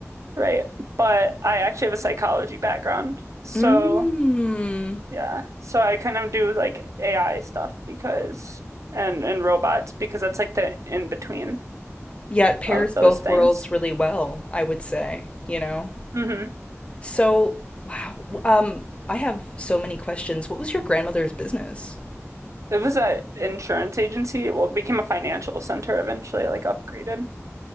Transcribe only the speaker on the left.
Mm.
Yeah, it pairs
both
worlds really well, I would say, you know?
So, wow. Um, I have so many questions. What was your grandmother's business?